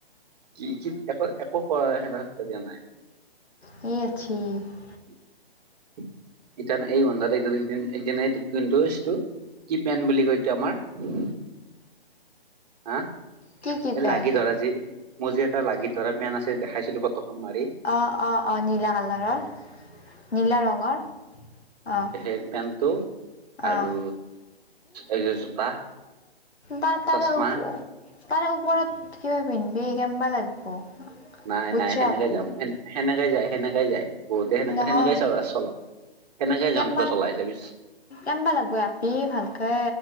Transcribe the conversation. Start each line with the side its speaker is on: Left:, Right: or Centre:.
Right: কি কি একো একো কৰা সে ঠাট্টা দিয়া নাই।
Left: <unintelligible>
Right: <inaudible> <unintelligible> এই
Left: কি কি পেণ্ট
Right: লাগি ধৰা যি, মোৰ যি এটা লাগি ধৰা পেন আছে দেখাইছিলো ফটোখন মাৰি
Left: অ অ নীলা কালাৰৰ, নীলা ৰঙৰ অ।
Right: পেন্টটো আৰু
Left: অ
Right: এই যে জোতা
Left: বা তাৰে
Right: চচমা
Left: তাৰে ওপৰত কিবা পিন্ধবি কেনবা লাগব?
Right: নাই
Left: বুজছ
Right: নাই সেনেকে
Left: আপি
Right: যাম সে সেনেকে যায় সেনেকে যায় বহুতে সেনে
Left: নহয়
Right: সেনেকাই চলা চলা কেনেকে
Left: কেনবা
Right: যন্ত্ৰ চলাই ছাবি
Left: কেনবা লাগব আপি ভালকে